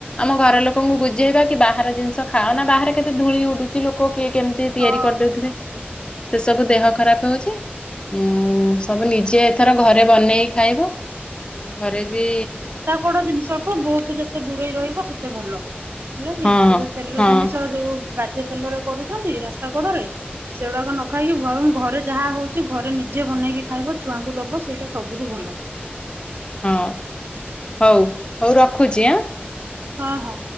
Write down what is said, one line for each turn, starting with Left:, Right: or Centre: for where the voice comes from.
Left: ଆମ ଘର ଲୋକ ଲୋକଙ୍କୁ ବୁଝେଇବା କି ବାହାର ଜିନିଷ ଖାଅ ନା ବାହାରେ କେତେ ଧୂଳି ଉଡୁଛି ଲୋକ କିଏ କେମିତି ତିଆରି
Right: ହଁ।
Left: କରିଦେଉଥିବେ। ସେ ସବୁ ଦେହ ଖରାପ ହଉଛି। ଉ ସବୁ ନିଜେ ଏଥର ଘରେ ବନେଇକି ଖାଇବ। ଉଁ ଘରେ ବି
Right: <unintelligible> ଜିନ୍ଷ ବହୁତ ଯେତେ ଦୂରେଇ ରହିବ ସେତେ ଭଲ। ହେଲା କି
Left: ହଁ
Right: ସେ ଯୋଉ ତେଲ
Left: ହଁ
Right: ଜିନିଷ ଯୋଉ ବାଜେ ତେଲରେ କରୁଛନ୍ତି ରାସ୍ତା କଡରେ ସେଗୁଡାକ ନ ଖାଇକି ବରଂ ଘରେ ଯାହା ହଉଚି ଘରେ ନିଜେ ବନେଇକି ଖାଇବ ଛୁଆଙ୍କୁ ଦବ ସେଇଟା ସବୁଠୁ ଭଲ।
Left: ହଁ ହଉ ହଉ ରଖୁଚି ଆଁ?
Right: ହଁ ହଁ।